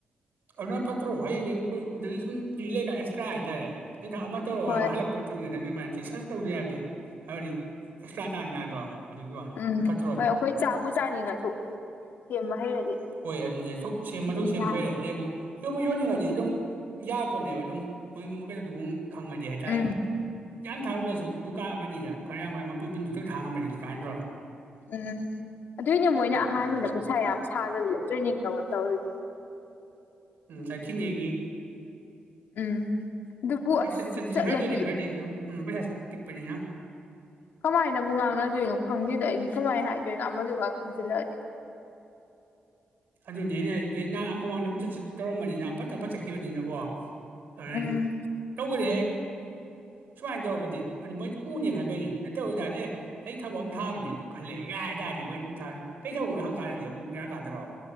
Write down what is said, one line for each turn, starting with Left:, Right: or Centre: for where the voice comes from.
Right: ꯑꯗꯨꯅ ꯐꯠꯇ꯭ꯔꯣ ꯍꯌꯦꯡ ꯍꯡꯗꯒꯤ ꯁꯨꯝ ꯐ ꯂꯩꯀ ꯑꯦꯛꯁꯇ꯭ꯔꯥ ꯍꯥꯏꯇꯥꯔꯦ ꯅꯤꯡꯊ ꯑꯃ ꯇꯧꯔꯒ
Left: ꯍꯣꯏ
Right: ꯋꯥ ꯍꯜꯂꯛꯄ ꯃꯇꯝꯗꯪ ꯑꯗꯨꯃꯥꯏꯅ ꯇꯦꯁꯟ ꯇꯧꯗꯦ ꯌꯥꯔꯗꯤ ꯍꯥꯏꯕꯗꯤ ꯑꯦꯛꯁꯇ꯭ꯔꯥ ꯇꯥꯔꯖ ꯌꯥꯗ꯭ꯔꯣ ꯑꯗꯨꯒꯤ ꯋꯥꯅꯤ
Left: ꯎꯝ
Right: ꯐꯠꯇ꯭ꯔꯣ
Left: ꯍꯣꯏ
Right: ꯑꯗꯣ
Left: ꯑꯩꯈꯣꯏ ꯆꯥꯕꯨ ꯆꯥꯅꯤꯡꯉꯁꯨ ꯁꯦꯝꯕ ꯍꯩꯔꯗꯤ
Right: ꯍꯣꯏ ꯑꯗꯨꯣꯛ ꯁꯦꯝ ꯃꯊꯧ
Left: ꯑꯗꯨꯝ
Right: ꯁꯦꯝꯕ
Left: ꯌꯥꯔꯦ
Right: ꯍꯩꯔꯦ ꯑꯗꯨꯗꯩꯕꯨ ꯌꯣꯟꯕ ꯌꯣꯟꯅꯤꯡꯉꯗꯤ ꯑꯗꯨꯝ ꯌꯥꯔꯛꯄꯅꯦꯕ ꯑꯗꯨꯝ ꯃꯣꯏ ꯃꯈꯩꯩꯅ ꯑꯗꯨ ꯈꯪꯉꯗꯤ ꯍꯥꯏꯇꯥꯔꯦ
Left: ꯎꯝ
Right: ꯌꯥꯝ ꯊꯥꯎꯔꯨꯗ꯭ꯔꯁꯨ ꯗꯨꯀꯥꯟ ꯑꯃꯅꯤꯅꯤꯗ ꯈꯔ ꯌꯥꯝ ꯈꯔ ꯃꯄꯟ ꯄꯨꯟꯗꯨ ꯈꯪ ꯊꯥꯡꯉꯝꯕꯅꯤ ꯑꯗꯨ ꯀꯥꯏꯅꯗ꯭ꯔꯣ
Left: ꯎꯝ ꯑꯗꯨꯏꯅꯦ ꯃꯣꯏꯅ ꯑꯍꯥꯟꯕꯅ
Right: ꯑꯗꯨꯅꯤ
Left: ꯄꯩꯁꯥ ꯌꯥꯝ ꯁꯥꯗꯕꯤꯗ ꯇ꯭ꯔꯦꯅꯤꯡ ꯂ ꯇ ꯍꯣꯏꯗ
Right: ꯎꯝ ꯆꯈꯤꯅꯤꯒ
Left: ꯎꯝ ꯑꯗꯨꯕꯨ ꯑꯁ
Right: ꯆꯠꯠꯇꯁꯦ
Left: ꯆꯠꯂꯗꯤ
Right: ꯈꯔꯗꯣꯏꯅꯤ ꯈꯔꯗꯤ ꯑꯗꯨꯝ ꯎꯝ ꯄꯤꯛ ꯄꯅꯤꯅ
Left: ꯀꯃꯥꯏꯅꯕꯨ ꯉꯥꯡꯅꯗꯣꯏꯅꯣ ꯈꯪꯗꯣꯏꯗꯣ ꯑꯩꯗꯤ ꯀꯃꯥꯏꯅ ꯍꯥꯏꯗꯣꯏꯅꯣ ꯑꯃꯗꯨꯒ ꯈꯟꯖꯤꯜꯂꯛꯑꯗꯤ
Right: ꯑꯗꯨꯅꯦ ꯑꯩꯅ ꯍꯥꯏꯔꯤꯕ ꯅ ꯅꯍꯥꯛ ꯑꯃ ꯃꯃꯥꯡꯗ ꯑꯝ ꯇꯧꯔꯝꯕꯅꯤꯅ ꯐꯠꯇ ꯐꯠ ꯆꯠꯈꯤꯕꯅꯤꯅꯀꯣ ꯑꯗꯨꯅꯦ
Left: ꯎꯝ
Right: ꯇꯧꯅꯤ ꯍꯦꯛ ꯁꯨꯃꯥꯏꯅ ꯇꯧꯔꯔꯕꯗꯤ ꯑꯗꯨ ꯃꯣꯏꯗꯤ ꯎꯅꯦ ꯈꯟꯕꯩꯅꯤ ꯅꯠꯇꯧ ꯑꯣꯏ ꯇꯥꯔꯗꯤ ꯑꯦ ꯑꯩ ꯊꯕꯛ ꯑꯃ ꯊꯥꯕꯅꯦ ꯑꯗꯨ ꯈꯜꯂꯛꯑꯦꯒ ꯍꯥꯏ ꯇꯥꯔꯗꯤ ꯃꯣꯏ ꯑꯗꯨꯝ ꯊꯥꯔ ꯀꯩ ꯊꯕꯛꯅꯣ ꯍꯪꯛ ꯀꯥꯟꯗꯗꯤ ꯑꯃꯨꯛ ꯌꯥꯔꯛ ꯀꯥꯗ꯭ꯔꯣ